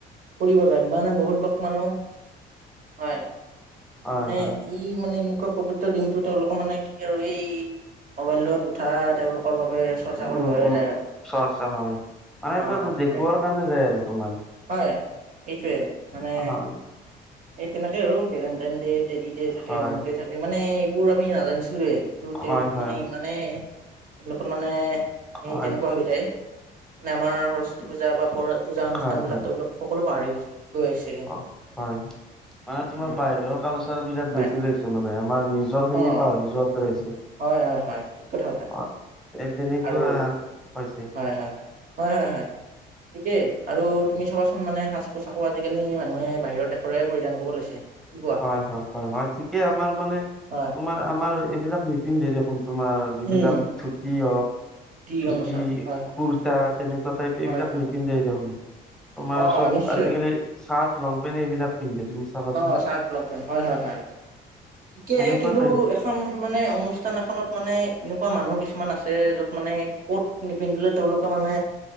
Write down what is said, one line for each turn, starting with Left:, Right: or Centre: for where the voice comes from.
Right: ফুৰিব যায় মানে বহুত ব মানুহ হয়।
Centre: হয়
Right: মানে
Centre: হয়
Right: এই মানে এনেকুৱা পৱিত্ৰ দিনটোতে অলপ মানে কি আৰু এই মবাইলত উঠা তেওঁলোক কৰ বাবে চৰ্চা কৰিব
Centre: উম
Right: হে
Centre: উম
Right: যায় আৰু,
Centre: চৰ্চা হয় মানে এইটো
Right: অ
Centre: দেখুওৱাৰ
Right: সেই
Centre: কাৰণে যায় আৰু তোমাৰ
Right: হয় এইটোৱে মানে
Centre: হয়
Right: এই তেনেকেই আৰু ভেলেণ্টাইন দেইত টেডী দে থাকে
Centre: হয়
Right: অমুক দে থাকে মানে এইবোৰ আমি নাজানিছিলোয়ে কিন্তু তেওঁলোক
Centre: হয় হয়
Right: মানে ইমানে এইবিলাকত মানে
Centre: হয়
Right: এই তেনেকুৱা হৈ যায় মানে আমাৰ সৰস্বতী পূজা বা কৰ পূজা অনুষ্ঠানবিলাক
Centre: হয় হয়
Right: তেওঁলোক সকলো পাহৰি গৈ আহিছে কিন্তু।
Centre: অ হয় মানে তোমাৰ
Right: উম,
Centre: বাহিৰৰ কালচাৰ বিলাক
Right: হয়
Centre: বেছি লৈছে মানে আমাৰ নিজৰ খিনি
Right: অ'
Centre: পাহৰি যোৱা দৰে হৈছে।
Right: হয় হয় হয় ঠিক কথা কৈছা
Centre: অ এই তেনেকুৱা
Right: আৰু
Centre: হৈছে
Right: হয় হয় হয় হয়। ঠিকেই আৰু তুমি চাবাচোন মানে সাজ পোছাকো আজিকালি মানুহে বাহিৰৰ দেশৰে পৰিধান কৰিব লৈছে। কি কোৱা?
Centre: হয় হয় হয় হয় ঠিকেই আমাৰ মানে
Right: হয়
Centre: তোমাৰ আমাৰ এইবিলাক নিপিন্ধে দেখোন। তোমাৰ যিবিলাক
Right: উম
Centre: ধুতি হওক
Right: গামোচা
Centre: ধুতি,
Right: হয় হয়
Centre: কুৰ্তা তেনেকুৱা টাইপ
Right: হয়
Centre: এইবিলাক
Right: হয়
Centre: নিপিন্ধেই দেখোন। তোমাৰ
Right: অ
Centre: চব
Right: নিশ্চয়
Centre: আজিকালি চাৰ্ট, লং পেন্ট এইবিলাক পিন্ধে তুমি চাবাচোন।
Right: অ চাৰ্ট লং পেন হয় হয় হয়, ঠিকে
Centre: এনেকুৱা
Right: কিন্তু
Centre: টাইপ
Right: এখন মানে অনুষ্ঠান এখনত মান মানে এনেকুৱা মানুহ কিছুমান আছে য'ত মানে কত নিপিন্ধিলে তেওঁলোকে মানে